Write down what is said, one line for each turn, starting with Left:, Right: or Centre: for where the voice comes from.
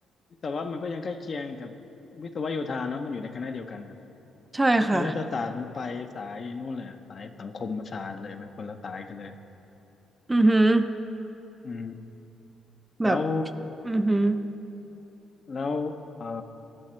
Left: วิศวะมันก็ยังใกล้เคียงกับวิศวโยธาเนาะมันอยู่ในคณะเดียวกันนะ
Right: ใช่ค่ะ
Left: แต่ถ้าไปรัฐศาสตร์มันไปสายนู่นเลยอะสายสังคมศาสตร์เลยมันคนละสายกันเลย
Right: อือหือ
Left: อืม
Right: แบบ
Left: แล้ว
Right: อือหือ
Left: แล้วเอ่อ